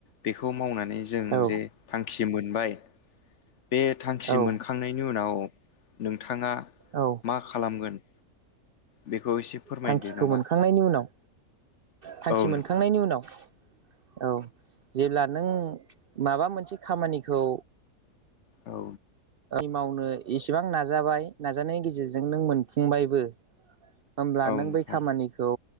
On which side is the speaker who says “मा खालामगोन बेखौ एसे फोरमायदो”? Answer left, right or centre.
Left